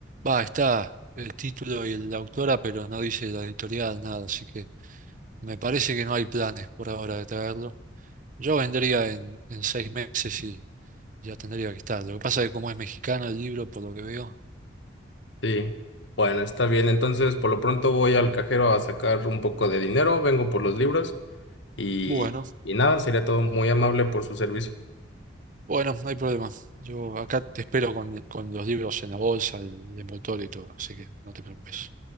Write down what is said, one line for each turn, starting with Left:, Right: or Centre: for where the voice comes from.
Right: Va, está el título y la autora, pero no dice la editorial, nada, así que me parece que no hay planes por ahora de traerlo. Yo vendría en, en seis meses y ya tendría que estar. Lo que pasa es que como es mexicano el libro, por lo que veo.
Left: Sí. Bueno, está bien. Entonces, por lo pronto voy al cajero a sacar un poco de dinero, vengo por los libros y,
Right: Bueno,
Left: y nada, sería todo muy amable por su servicio.
Right: bueno, no hay problema. Yo acá te espero con, con los libros en la bolsa, el envoltorio y todo, así que no te preocupes.